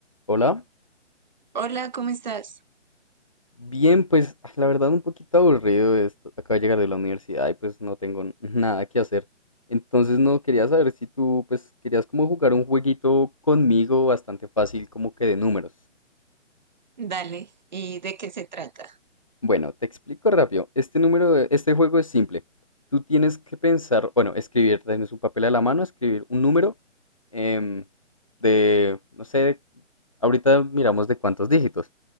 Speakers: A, on the left; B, on the right.
A: Hola.
B: Hola, ¿cómo estás?
A: Bien, pues ah, la verdad un poquito aburrido esto. Acabo de llegar de la universidad y pues no tengo n- nada que hacer. Entonces no quería saber si tú pues querías como jugar un jueguito conmigo bastante fácil como que de números.
B: Dale, ¿y de qué se trata?
A: Bueno, te explico rápido. Este número, de- este juego es simple. Tú tienes que pensar, bueno, escribir, tienes un papel a la mano, escribir un número em, de, no sé, ahorita miramos de cuántos dígitos.